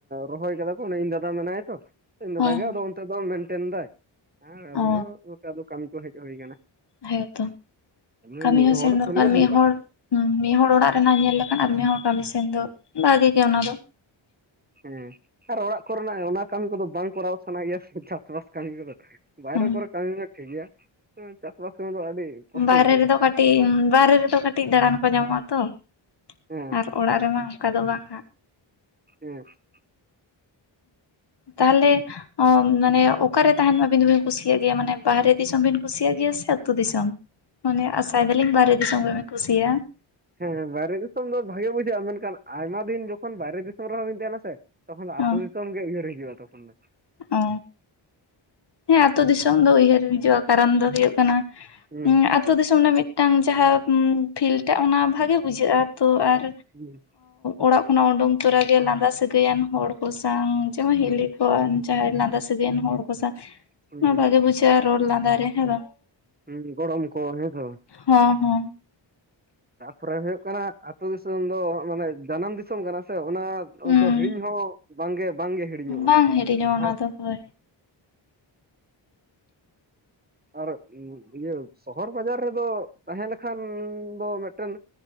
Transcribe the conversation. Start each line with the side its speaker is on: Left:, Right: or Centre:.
Right: ᱨᱚᱦᱚᱭ ᱠᱟᱫᱟ ᱠᱚ ᱤᱧ ᱫᱟᱫᱟ ᱢᱮᱱᱟᱭᱟ ᱛᱚ ᱤᱧ ᱫᱟᱫᱟ
Left: ᱦᱚᱸ
Right: ᱜᱮ ᱟᱫᱚ ᱚᱱᱛᱮ ᱫᱚ ᱢᱮᱱᱴᱮᱱ ᱫᱟᱭ ᱾ ᱦᱮ
Left: ᱚ
Right: <inaudible> ᱠᱟᱹᱢᱤ ᱠᱚ ᱦᱮᱡ ᱦᱩᱭ ᱠᱟᱱᱟ ᱾
Left: ᱦᱮᱸᱛᱚ
Right: ᱢᱤᱫ
Left: ᱠᱟᱹᱢᱤ ᱦᱚᱸ
Right: ᱦᱚᱲ
Left: ᱥᱮᱱ ᱫᱚᱨᱠᱟᱨ
Right: ᱠᱷᱟᱱ ᱜᱮ ᱦᱩᱭᱩᱜ-ᱟ
Left: ᱢᱤᱫ ᱦᱚᱲ
Right: ᱾
Left: ᱦᱩᱸ ᱢᱤᱫ ᱦᱚᱲ ᱚᱲᱟᱜ ᱨᱮᱱᱟᱜ ᱧᱮᱞ ᱞᱮᱠᱷᱟᱱ ᱟᱨ ᱢᱤᱫ ᱦᱚᱲ ᱠᱟᱹᱢᱤ ᱥᱮᱱ ᱫᱚ ᱵᱷᱟᱜᱤ ᱜᱮ ᱚᱱᱟ ᱫᱚ ᱾
Right: ᱦᱮᱸ ᱟᱨ ᱚᱲᱟᱜ ᱠᱚᱨᱮᱱᱟᱜ ᱚᱱᱟ ᱠᱟᱹᱢᱤ ᱠᱚᱫᱚ ᱵᱟᱝ ᱠᱚᱨᱟᱣ ᱥᱟᱱᱟᱭ ᱜᱮᱭᱟ ᱥᱮ ᱪᱟᱥᱵᱟᱥ ᱠᱟᱹᱢᱤ ᱠᱚᱫᱚ, ᱵᱟᱭᱨᱮ
Left: ᱦᱩᱸ᱾
Right: ᱠᱚᱨᱮ ᱠᱟᱹᱢᱤ ᱢᱮ ᱴᱷᱤᱠ ᱜᱮᱭᱟ ᱪᱟᱥ ᱵᱟᱟᱥ ᱠᱟᱹᱢᱤ ᱫᱚ ᱟᱹᱰᱤ, ᱠᱚᱥᱴᱚ
Left: ᱵᱟᱨᱦᱨᱮ
Right: ᱵᱩᱡᱷᱟᱹᱜᱼᱟ
Left: ᱨᱮᱫᱚ ᱠᱟᱹᱴᱤᱡ ᱵᱟᱨᱦᱨᱮ ᱨᱮᱫᱚ ᱠᱟᱹᱴᱤᱡ ᱫᱟᱬᱟᱱ ᱠᱚ ᱧᱟᱢᱚᱜ-ᱟ ᱛᱚ ᱾
Right: ᱦᱮᱸ
Left: ᱟᱨ ᱚᱲᱟᱜ ᱨᱮᱢᱟ ᱚᱱᱠᱟ ᱫᱚ ᱵᱟᱝ ᱦᱟᱸᱜ ᱾
Right: ᱦᱮᱸ ᱾
Left: ᱛᱟᱦᱞᱮ, ᱚ ᱢᱟᱱᱮ ᱚᱠᱟᱨᱮ ᱛᱟᱦᱮᱱ ᱟᱹᱵᱤᱱ ᱫᱚᱵᱤᱱ ᱠᱩᱥᱤᱭᱟᱜ ᱜᱮᱭᱟ ᱢᱟᱱᱮ ᱵᱟᱦᱨᱮ ᱫᱤᱥᱚᱢ ᱵᱤᱱ ᱠᱩᱥᱤᱭᱟᱜ ᱜᱮᱭᱟ ᱥᱮ ᱟᱛᱳ ᱫᱤᱥᱚᱢ? ᱢᱟᱱᱮ ᱟᱥᱟᱭ ᱫᱟᱞᱤᱧ ᱵᱟᱦᱨᱮ ᱫᱤᱥᱚᱢ ᱜᱮᱵᱤᱱ ᱠᱩᱥᱤᱭᱟᱜ-ᱟ ᱾
Right: ᱦᱮᱸ ᱵᱟᱦᱨᱮ ᱫᱤᱥᱚᱢ ᱫᱚ ᱵᱷᱟᱜᱮ ᱵᱩᱡᱷᱟᱹᱜ-ᱟ ᱢᱮᱱᱠᱷᱟᱱ ᱟᱭᱢᱟ ᱫᱤᱱ ᱡᱚᱠᱷᱚᱱ ᱵᱟᱭᱨᱮ ᱫᱤᱥᱚᱢ ᱨᱮᱦᱚᱸ ᱵᱤᱱ ᱛᱟᱦᱮᱱᱟ ᱥᱮ, ᱛᱠᱷᱚᱱ
Left: ᱦᱚᱸ᱾
Right: ᱟᱹᱛᱩ ᱫᱤᱥᱚᱢ ᱜᱮ ᱩᱭᱦᱟᱹᱨ ᱦᱤᱡᱩᱜ ᱛᱚᱠᱷᱚᱱ ᱫᱚ ᱾
Left: ᱚ᱾ ᱦᱮᱸ ᱟᱛᱩ ᱫᱤᱥᱚᱢ ᱫᱚ ᱩᱭᱦᱟᱹᱨ ᱦᱤᱡᱩᱜ-ᱟ ᱠᱟᱨᱚᱱ ᱫᱚ ᱦᱩᱭᱩᱜ ᱠᱟᱱᱟ
Right: ᱦᱩᱸ
Left: ᱟᱛᱳ ᱫᱤᱥᱚᱢ ᱨᱮᱱᱟᱜ ᱢᱤᱫᱴᱟᱝ ᱡᱟᱦᱟᱸ ᱯᱷᱤᱞᱴᱟᱜ ᱚᱱᱟ ᱵᱷᱟᱜᱮ ᱵᱩᱡᱷᱟᱹᱜ-ᱟ ᱛᱚ ᱟᱨ
Right: <unintelligible>
Left: ᱚᱲᱟᱜ ᱠᱷᱚᱱᱟᱜ ᱩᱰᱩᱝ ᱛᱚᱨᱟᱜᱮ ᱞᱟᱸᱫᱟ ᱥᱟᱹᱜᱟᱹᱭᱟᱱ ᱦᱚᱲ ᱠᱚ ᱥᱟᱝ ᱡᱮᱢᱚᱱ ᱦᱤᱞᱤ,
Right: ᱦᱩᱸ
Left: ᱡᱟᱦᱟᱸᱭ ᱞᱟᱸᱫᱟ ᱥᱟᱹᱜᱟᱭᱟᱱ ᱦᱚᱲ ᱠᱚ ᱥᱟᱶ
Right: ᱦᱩᱸ
Left: ᱵᱷᱟᱜᱮ ᱵᱩᱡᱷᱟᱹᱜ-ᱟ ᱨᱚᱲ ᱞᱟᱸᱫᱟ ᱨᱮ ᱦᱮᱸ ᱵᱟᱝ?
Right: ᱦᱩᱸ ᱜᱚᱲᱚᱢ ᱠᱚ ᱦᱮᱸ ᱥᱮ ᱵᱟᱝ᱾
Left: ᱦᱩᱸ ᱦᱩᱸ ᱾
Right: ᱛᱟᱯᱚᱨᱮ ᱦᱩᱭᱩᱜ ᱠᱟᱱᱟ ᱟᱹᱛᱩ ᱫᱤᱥᱚᱢ ᱫᱚ ᱢᱟᱱᱮ ᱡᱟᱱᱟᱢ ᱫᱤᱥᱚᱢ ᱠᱟᱱᱟ ᱥᱮ ᱚᱱᱟ
Left: ᱦᱩᱸ᱾
Right: ᱫᱚ ᱦᱤᱲᱤᱧ ᱦᱚᱸ ᱵᱟᱝᱜᱮ ᱵᱟᱝᱜᱮ ᱦᱤᱲᱤᱧᱚᱜ-ᱟ
Left: ᱵᱟᱝ ᱦᱤᱲᱤᱧᱚᱜᱼᱟ
Right: ᱾ ᱡᱟᱦᱟᱸ
Left: ᱚᱱᱟ ᱫᱚ ᱦᱳᱭ ᱾
Right: ᱟᱨ ᱤᱭᱟᱹ ᱥᱚᱦᱚᱨ ᱵᱟᱡᱟᱨ ᱨᱮᱫᱚ ᱛᱟᱦᱮᱸ ᱞᱮᱠᱷᱟᱱ ᱫᱚ ᱢᱤᱫᱴᱮᱱ